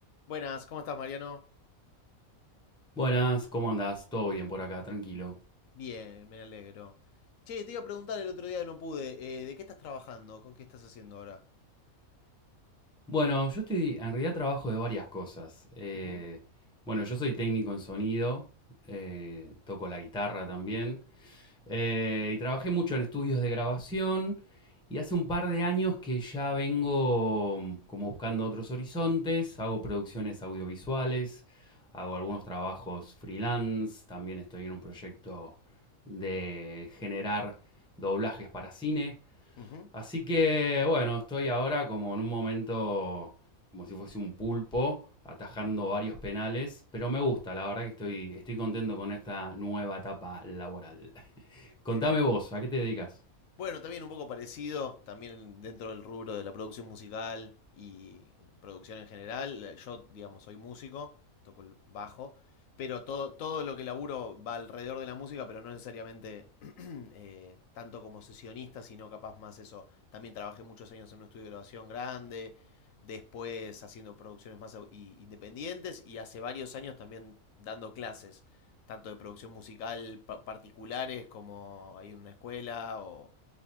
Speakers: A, on the left; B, in the centre.
A: Buenas, ¿cómo estás, Mariano?
B: Buenas, ¿cómo andás? Todo bien por acá, tranquilo.
A: Bien, me alegro. Che, te iba a preguntar el otro día que no pude, eh, ¿de qué estás trabajando? ¿Con qué estás haciendo ahora?
B: Bueno, yo estoy, en realidad trabajo de varias cosas. Eh,
A: Ujú.
B: bueno, yo soy técnico en sonido, eh, toco la guitarra también, eh, y trabajé mucho en estudios de grabación, y hace un par de años que ya vengo mm, como buscando otros horizontes, hago producciones audiovisuales, hago algunos trabajos freelance, también estoy en un proyecto de generar doblajes para cine.
A: Ujú,
B: Así que bueno, estoy ahora como en un momento, como si fuese un pulpo, atajando varios penales, pero me gusta, la verdad que estoy, estoy contento con esta nueva etapa laboral. <laughs>
A: Qué
B: Contame
A: bien.
B: vos, ¿a qué te dedicas?
A: Bueno, también un poco parecido, también dentro del rubro de la producción musical y producción en general. Yo, digamos, soy músico, toco el bajo, pero todo, todo lo que laburo va alrededor de la música, pero no necesariamente <clears throat> <coughs> eh, tanto como sesionista, sino capaz más eso. También trabajé muchos años en un estudio de grabación grande, después haciendo producciones más au- y- independientes y hace varios años también dando clases, tanto de producción musical pa- particulares como ahí en una escuela o